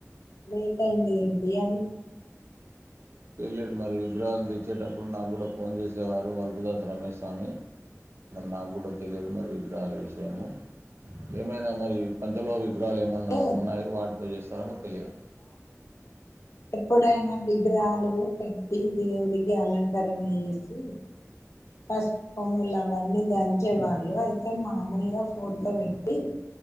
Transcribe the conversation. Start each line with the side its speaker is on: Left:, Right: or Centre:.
Left: లేట్ అయింది ఏంటి అని
Right: తెలియదు మరి విగ్రహాలు తెచ్చేటప్పుడు నాకు కూడా ఫోన్ చేసేవారు వల్పుదాస్ రమేష్ స్వామి మరి నాకు కూడా తెలియదు మరి విగ్రహాల విషయము ఏమైనా మరి పంచలోహ విగ్రహాలు
Left: అయితే
Right: ఏమన్నా ఉన్నాయో వాటితో చేస్తారేమో తెలియదు
Left: ఇప్పుడైనా విగ్రహాలు పెట్టి దేవుడికి అలంకరణ చేస్ చి పసుపుకొమ్మలు అవన్నీ దంచే వాళ్ళు అయితే మామూలుగా ఫోటో పెట్టి